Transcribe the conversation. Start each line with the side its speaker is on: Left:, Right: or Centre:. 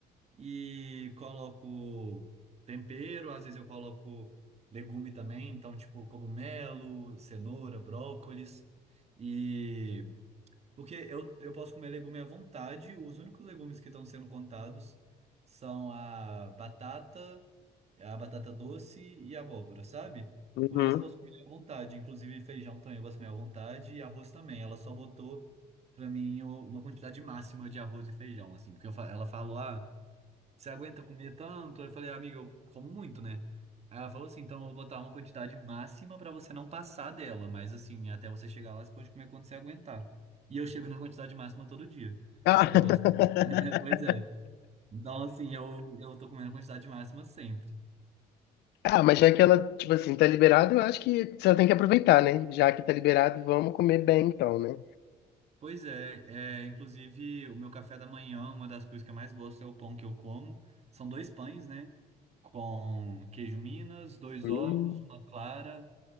Right: e coloco tempero, às vezes eu coloco legume também, então, tipo, cogumelo, cenoura, brócolis. E porque eu, eu posso comer legume à vontade, os únicos legumes que estão sendo contados são a batata. É a batata doce e a abóbora, sabe?
Left: Uhum.
Right: O resto eu posso comer à vontade, inclusive feijão também eu posso comer à vontade e arroz também. Ela só botou pra mim o- uma quantidade máxima de arroz e feijão, assim, porque eu fa- ela falou: "Ah, você aguenta comer tanto?" Eu falei: "Amiga, eu como muito, né?" Aí ela falou assim: "Então eu vou botar uma quantidade máxima pra você não passar dela, mas assim, até você chegar lá você pode comer quando você aguentar." E eu chego na quantidade máxima todo dia,
Left: Ah.
Right: porque
Left: <laughs>
Right: eu gosto. <laughs> Pois é. Então assim, eu eu tô comendo a quantidade máxima sempre.
Left: Ah, mas já que ela, tipo assim, tá liberada, eu acho que você tem que aproveitar, né? Já que tá liberado, vamos comer bem então, né?
Right: Pois é, é, inclusive o meu café da manhã, uma das coisas que eu mais gosto é o pão que eu como. São dois pães, né? Com queijo Minas, dois
Left: Hum.
Right: ovos, uma clara.